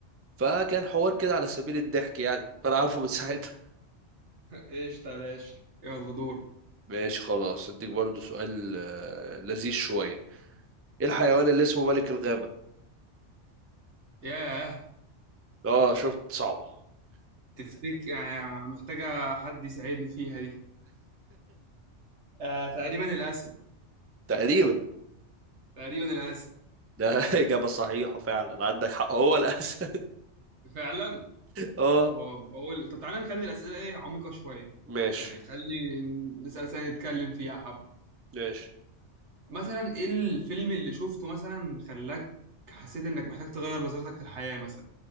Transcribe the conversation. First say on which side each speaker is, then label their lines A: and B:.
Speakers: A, on the right; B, on the right.
A: فكان حوار كده على سبيل الضحك يعني فانا عارفه من <laughs> ساعتها
B: ايش يا باشا يلا دور
A: ماشي خلاص اديك برضو سؤال آه، لذيذ شويه ايه الحيوان اللي اسمه ملك الغابه
B: ياه
A: اه شفت صعبه
B: تفتك يعني محتاجة حد يساعدني فيها دي آه تقريبا الأسد
A: تقريبا
B: تقريبا الأسد
A: ده <laughs> إجابة صحيحة فعلا عندك حق هو الأسد
B: فعلا
A: اه
B: طب بقول طب تعالى نخلي الأسئلة إيه عميقة شوية
A: ماشي
B: يعني تخلي نسأل أسئلة نتكلم فيها حب
A: ماشي
B: مثلا إيه الفيلم اللي شفته مثلا خلاك حسيت إنك محتاج تغير نظرتك للحياة مثلا